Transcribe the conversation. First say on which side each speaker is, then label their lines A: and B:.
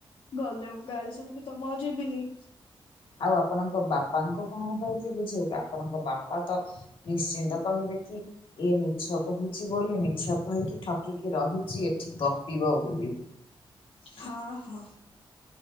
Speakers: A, on the left; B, on the left.
A: ଗଲେ ଗାଳି ଶୁଣିବି ତମ ଆଉ ଯିବିନି।
B: ଆଉ ଆପଣଙ୍କ ବାପା ତାଙ୍କୁ କଣ କହିକି ବୁଝେଇବେ ଆପଣଙ୍କ ବାପା ତ ନିଶ୍ଚିନ୍ତ କହିବେ କି ଇଏ ମିଛ କହୁଛି ବୋଲି ମିଛ କହିକି ଠକିକି ରହିଛି ଏଠି ଗପିବ ବୋଲି।
A: ହଁ ହଁ